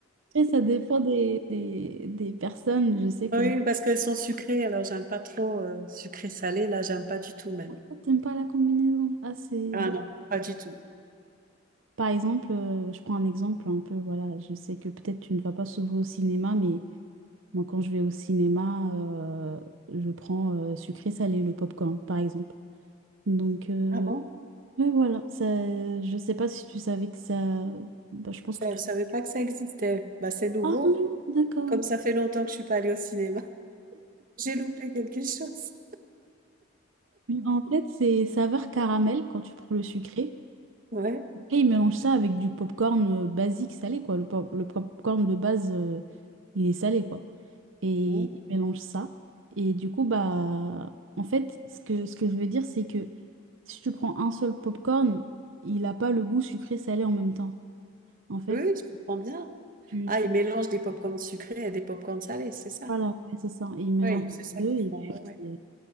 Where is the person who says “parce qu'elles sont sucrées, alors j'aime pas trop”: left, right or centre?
Right